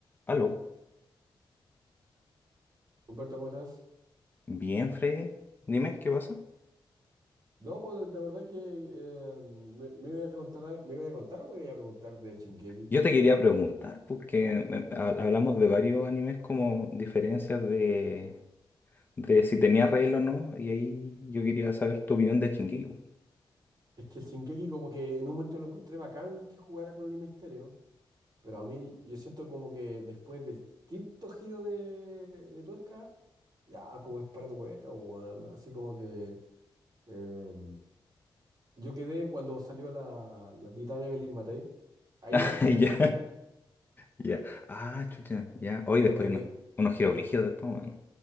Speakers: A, on the left; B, on the right.
A: Aló,
B: Humberto, ¿cómo estás?
A: bien, Freddy. Dime, ¿qué pasa?
B: No, pues te acordás que eh, me, me iba a contar, al- me iba a contar o me iba a preguntar de Shingeki.
A: Yo te quería preguntar, porque me- ha- hablamos de varios animes como diferencias de, de si tenía regla o no, y ahí yo quería saber tu opinión de Shingeki. po.
B: Es que el Shingeki como que en un momento lo encontré bacán que jugara con el misterio, pero a mí yo siento como que después del quinto giro de, de tuerca, ya como es para tu huevo, weón. Así como que eh, yo quedé cuando salió la, la Titán Evelyn Matei, ahí
A: <laughs>
B: nomás quedé,
A: Ya,
B: pero,
A: ya. Ah, chucha, ya. Hoy
B: pero
A: después
B: quedé
A: hay unos, unos giros brígidos después, weón.